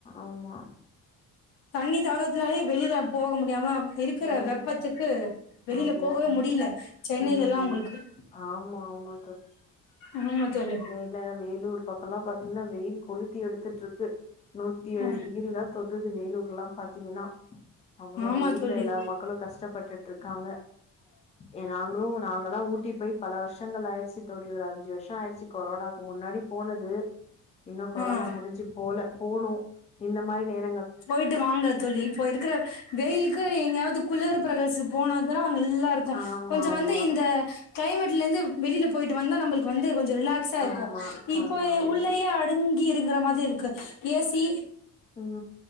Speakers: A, on the left; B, on the left.
A: ஆமா
B: தண்ணி தாகத்துலே வெளியில போக முடியாம இருக்கற
A: ம்
B: வெப்பத்துக்கு வெளியில
A: ஆமா
B: போகவே முடியல சென்னையிலல்லா
A: ம்
B: உங்களுக்கு
A: ஆமா ஆமா
B: ஆமா தோழி
A: ல வேலூர் பக்கோல்லா பாத்தீங்கன்னா வெயில் கொளுத்தி எடுத்துட்ருக்கு நூத்தி ஏழு
B: ஆ
A: டிகிரி தா தொட் டுது வேலூர்ல்லா பாத்தீங்கன்னா அவ்ளோ
B: ஆமா
A: வெயில்ல
B: தோழி
A: எல்லாரு மக்களு கஷ்டப்பட்டுட் ருக்காங்க ஏ நாங்களு நாங்கல்லா ஊட்டி போய் பல வருஷங்கள் ஆயிருச்சு தோழி ஒரு அஞ்சு வருஷோ ஆயிடுச்சு கொரோனா முன்னாடி போனது இன்னு கொரோனா
B: ஆ
A: முடிஞ்சு போல போனு இந்த மாரி நேர
B: போய்ட்டு வாங்க தோழி இப்போ இருக்கிற வெயில் க்கு எங்கயாவது குளிர் பிரதேச போன தா நல்லா இருக்கு
A: ஆமா
B: கொஞ்ச
A: ஆமா
B: வந்து இந்த க்ளைமேட்ல இருந்து வெளியில போயிட்டு வந்தா நம்மளுக்கு வந்து கொஞ்ச ரிலாக்ஸா இருக்கு
A: ஆமா
B: இப்போ
A: ஆமா ஆமா
B: உள்ளயே அடங்கி இருக்குற மாதிரி இருக்கு ஏ சி
A: ஆ